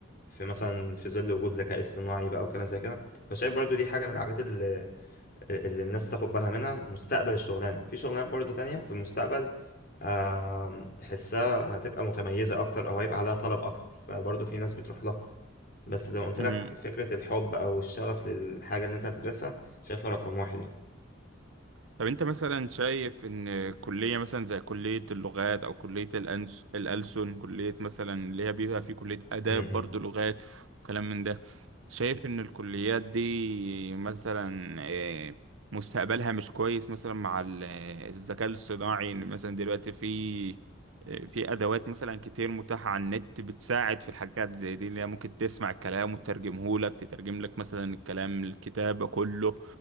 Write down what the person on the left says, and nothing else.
في مثلا في ظل وجود ذكاء اصطناعي بقى وكلام زي كده فشايف برضو دي حاجة من الحاجات اللي, اللي الناس تاخد بالها منها مستقبل الشغلانة في شغلانات برضو تانية في المستقبل آم، تحسها هتبقى متميزة اكتر او هيبقى عليها طلب اكتر فبرضو في ناس بتروح لها بس زي ما قلت
لك فكرة الحب أو الشغف للحاجة اللي أنت هتدرسها شايفها رقم واحد يعني
م-
م-